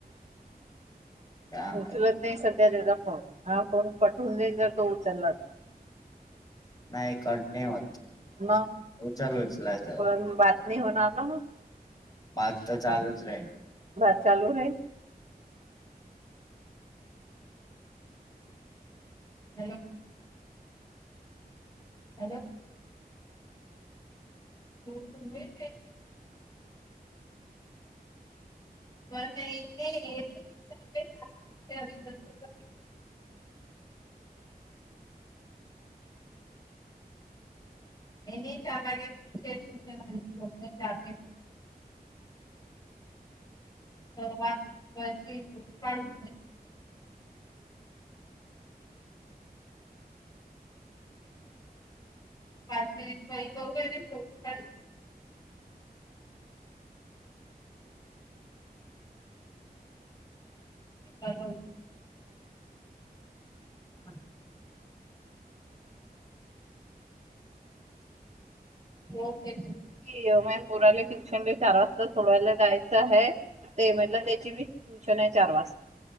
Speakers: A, on the right; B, on the left.
A: <unintelligible>
B: काय
A: <inaudible> उचलत
B: माहित
A: नाही सध्या त्याचा फोन हा फोन पटवून जाईल जर तो उचलला तर
B: नाही कट नाही होत
A: मग
B: उचल उचलायच
A: पण बात नाही होणार ना मग
B: भात तर चालूच राहील
A: बात चालू रही
B: हॅला हॅलो लोे व ए नाही चार वागेो चार वा काढ पाच मिनिट काही करू दोन साडी चाल हम ओके
A: की यमन कोोराले ट्युशन डे चार वाजता सोडवायला जायचं आहे तेमला त्याचीी ट्युशन आहे चार वाजता